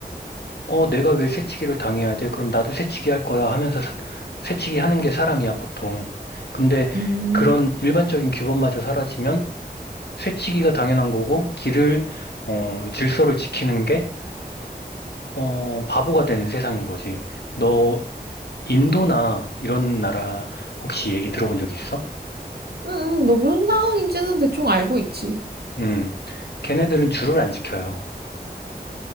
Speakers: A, on the left; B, on the right.
A: 어, 내가 왜 새치기를 당해야 돼? 그럼 나도 새치기 할 거야 하면서 사- 새치기 하는 게 사람이야, 보통. 근데
B: 음,
A: 그런 일반적인 규범마저 사라지면 새치기가 당연한 거고, 길을, 어, 질서를 지키는 게, 어, 바보가 되는 세상인 거지. 너 인도나 이런 나라 혹시 얘기 들어본 적 있어?
B: 음, 음, 뭐 무슨 상황인지는 대충 알고 있지.
A: 음, 걔네들은 줄을 안 지켜요.